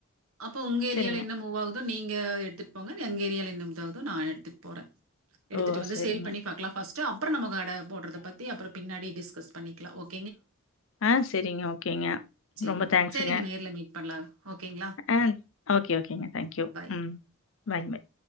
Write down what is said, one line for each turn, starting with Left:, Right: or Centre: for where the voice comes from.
Right: அப்போ உங்க ஏரியால
Left: சரிங்க
Right: என்ன மூவாகு து நீங்க எடுத்துட்டு போங்க எங்க ஏரியால நன்னதாவதோ நா எடுத்துட்டு போறே எடுத்துட்டு
Left: ஓ
Right: வந்து
Left: சரிங்க
Right: சேல் பண்ணி பாக்லா ஃபஸ் ட்ரோ அப்புறோ நம்ம கட போடுறத பத்தி அப்புறப பின்னாடி டிஸ்கஸ் பண்ணிக்கலா ஓக்
Left: ஆ சரிங்க ஓகேங்க
Right: சரிங்க.
Left: ரொம்ப தேங்க்ஸ்ங்க
Right: சரிங்க. நேர்ல மீட் பண்ணலாம். ஓகேங்களா?
Left: ஆ ஓகே ஓகேங்க தேங்க்யூ
Right: பை.
Left: உ பாய் பாய்